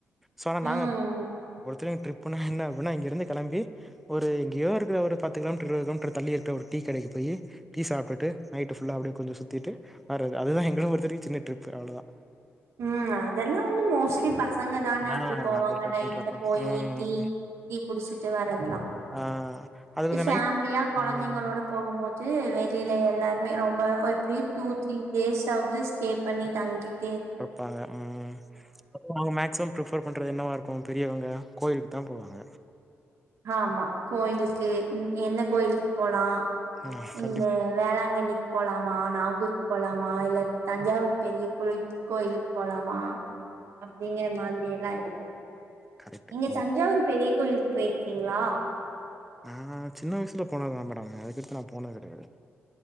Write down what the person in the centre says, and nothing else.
சோ நாங்க
ஒருத்தர ட்ரிப்னா என்ன அப்டின்னா இங்கிருந்து கெளம்பி ஒரு எங்கேயோ இருக்கிற ஒரு பத்து கிலோமீட்ரு இருபது கிலோமீட்ரு தள்ளி இருக்ற ஒரு டீ கடைக்கு போயி டீ சாப்டுட்டு நைட்டு புல்லா அப்டியே கொஞ்சோ சுத்திட்டு வர்றது அதுதா எங்கள பொருத்தவரக்கு சின்ன ட்ரிப்பு அவ்ளதா
ஆ
அத
பண்றப்ப
ம்
ஆ அது கொஞ்சோ
நைட்
ம்
பாங்க ம் மேக்ஸிமம் ப்ரிபர் பண்ணுறது என்னவா இருக்கு பெரியவங்க கோவிலுக்கு தா போவாங்க
ம் கண்டிப்பா
கரெக்ட்
நீ
நா சின்ன வயசுல போனதுதா மேடம் அதுக்கடுத்து நா போனது கிடயாது